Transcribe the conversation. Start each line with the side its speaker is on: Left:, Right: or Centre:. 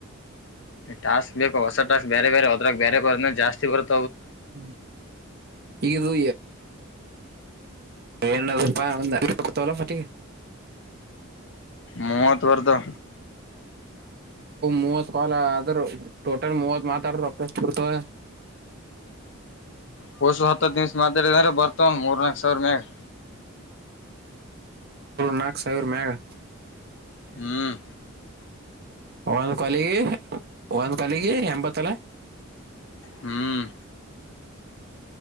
Left: ಟಾಸ್ಕ್ ಬೇಕು ಹೊಸಟಾಸ್ಕ್ ಬೇರೆ ಬೇರೆ ಅದಾಗ ಬೇರೆ ಇನ್ನ ಜಾಸ್ತಿ ಬರುತ್ತೆ
Right: ಹ್ಮ ಇದು ಏನಪ್ಪ ಅಂದೇ <unintelligible>
Left: ಮೂವತ್ತು ಬರ್ತಾವ
Right: ಮೂವತ್ ಕಾಲ ಆದ್ರ ಟೋಟಲ್ ಮೂವತ್ ಮಾತಾಡ್ರರು ರೊಕ್ಕ ಎಷ್ಟು ಕೊಡ್ತಾರೆ <inaudible>
Left: ಪೂರ್ತಿ ಹತ್ತು ಹದಿನೈದು ನಿಮಿಷ ಮಾತಾಡ ಅಂದ್ರ ಬರ್ತಾವನ್ ಮೂರ್ ನಾಕು ಸಾವಿರ ಮೇಲೆ
Right: ನಾಕ್ ಸಾವಿರ ಮಗ್ಯಾ
Left: ಹ್ಮ್
Right: ಒಂದು ಕಾಲಗೆ ಒಂದು ಕಾಲಿಗೆ ಎಂಬತ್ತು ಅಲ್ಲ
Left: ಹ್ಮ್